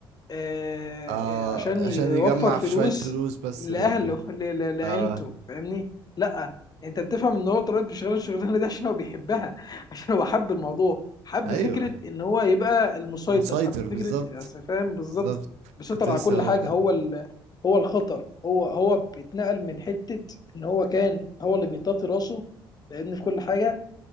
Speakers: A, on the left (about 35°); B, on the right (about 65°).
A: آه،
B: اه
A: آه، عشان يوفر
B: عشان يجمع
A: فلوس
B: في شوية فلوس بس
A: لأهله
B: لل
A: ل- ل- لعيلته
B: اه
A: فاهمني؟ لأ أنت بتفهم إن هو اتربط بشغل الشغلانة دي عشان هو بيحبها <laughs> عشان هو حب الموضوع حب
B: ايوه
A: فكرة إن هو يبقى المسيطر
B: مسيطر
A: حب
B: بالظبط
A: فكرة أصل فاهم بالظبط
B: بالظبط
A: بيسيطر
B: كنت لسه
A: على كل
B: هقول
A: حاجة
B: لك
A: هو ال... هو الخطر هو هو بيتنقل من حتة إن هو كان هو اللي بيطاطي راسه لأن في كل حاجة